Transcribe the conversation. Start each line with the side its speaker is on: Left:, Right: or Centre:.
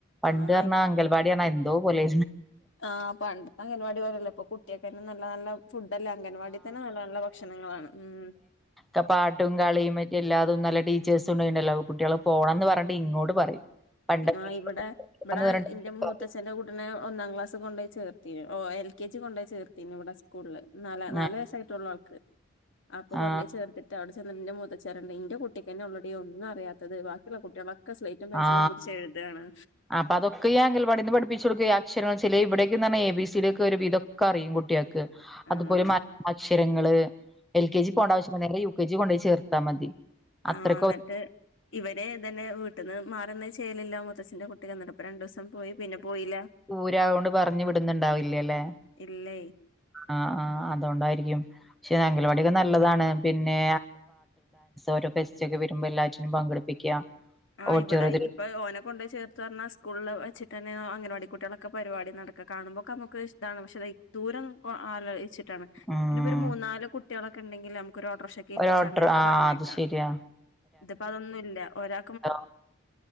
Centre: പണ്ട്
Left: ആഹ്
Centre: പറഞ്ഞാ അംഗൽവാടി പറഞ്ഞാ എന്തോ പോലെ
Left: ആഹ് പണ്ടത്തെ അംഗൻവാടി പോലല്ല ഇപ്പൊ കുട്ടികൾക്കന്നെ നല്ല നല്ല ഫുഡ്ല്ലേ അംഗൻവാടി തന്നെ നല്ല നല്ല ഭക്ഷണങ്ങളാണ് ഉം
Centre: ക്കെ പാട്ടും കളിയുംറ്റി എല്ലാതും നല്ല ടീച്ചേഴ്സും ഒന്നും ഉണ്ടല്ലോ കുട്ട്യൾ പോകണം എന്ന് പറഞ്ഞിണ്ട് ഇങ്ങോട്ട് പറയും പണ്ടൊക്കെ
Left: ആ ഇവിടെ
Centre: പോണംന്ന്
Left: ഇവിടെ
Centre: പറഞ്ഞിട്ട്
Left: ഇന്റെ മൂത്തച്ഛന്റെ കൂട്ടിനെ ഒന്നാം ക്ലാസ് കൊണ്ടോയി ചേർന് ഓ എൽ കെ ജി കൊണ്ട് പോയി ചേർത്തന് ഇവിടെ സ്കൂളില് ന
Centre: ആ
Left: നാല് വയസായിട്ടുള്ള ആൾക്ക് അപ്പൊ
Centre: ആ
Left: കൊണ്ട് പോയി ചേർത്തിട്ട് അവിടെ ന്റെ മുത്തഛൻ. പറയ നിന്റെകുട്ടിക്ക് തന്നെ ഉള്ളടി ഒന്നും അറിയാത്തത് ബാക്കിയുള്ള കുട്ടികളൊക്കെ സ്ലേറ്റു പെൻസിലും
Centre: ആ
Left: പിടിച്ച് എഴുതാണ്
Centre: അപ്പൊ അതൊക്കെ ഈ അങ്ങന വാട്ടീന് പടിപ്പിച്ച് കൊടുക്കയ ഇവിടക്കന്ന് പറഞ്ഞാൽ എ ബി സി ഡി ഒക്കെ ഒരു വിധൊക്കെ അറിയും കുട്ട്യൾക്ക് അതുപോലെ
Left: ആഹ്
Centre: വിവരങ്ങള് എൽ കെ ജി പോവണ. ആവശ്യമില്ല നേരെ യു കെ ജി കൊണ്ട്പോോയി ചേർത്താൽ മതി
Left: ആ
Centre: അത്രയ്ക്ക്
Left: എന്നിട്ട് ഇവരെ തന്നെ വീട്ടിൽന്ന് മാറുന്നത് ചെയ്യലില്ല മുത്തച്ഛിന്റെ കുട്ട തികന്നിടുപ്പ രണ്ടു ദിവസം പോയി പിന്നെ പോയില്ല
Centre: ദൂരായോണ്ട് പറഞ്ഞു വിടുന്നുണ്ടാവില്ലല്ലേ
Left: ഇല്ലേ
Centre: ആ ആഹ് അതുകൊണ്ടായിരിക്കും പക്ഷെ അങ്കൽവാടിയക്കെ നല്ലതാണ് പിന്നെ ഓരോ ഫെസ്റ്റ് ഒക്കെ വരുമ്പോ എല്ലാറ്റിനും പങ്കെടുപ്പിക്കുക
Left: ആ
Centre: ഓഡിറ്റോറിയത്തിൽ
Left: ഇവിടെ ഇപ്പൊ. ഓനെ കൊണ്ട് ചേർത്ത് പറഞ്ഞാ സ്കൂളില് വ തന്നെ അംഗൻവാടി കുട്ടികളൊക്കെ പരിപാടി നടക്കെ കാണുമ്പോൊക്കെ നമുക്ക് ഇതാണ് പക്ഷെ അ ദൂരം ആലോചിട്ട് പിന്ന
Centre: ഉം
Left: ഇപ്പോ ഒരു മൂന്ന് നാല് കുട്ടികളൊക്കെ ഉണ്ടെങ്കിൽ ഓഡ്രഷ ഒക്കെ ഏൽപ്പിച്ചു
Centre: ഒരു ഓട്ടർ
Left: അങ്ങനെയൊക്കെ
Centre: ആ
Left: പറഞ്ഞേക്കാം
Centre: അത് ശരിയാ
Left: ഇതിപ്പോ അതൊന്നും ഇല്ല ഒരാ
Centre: ആ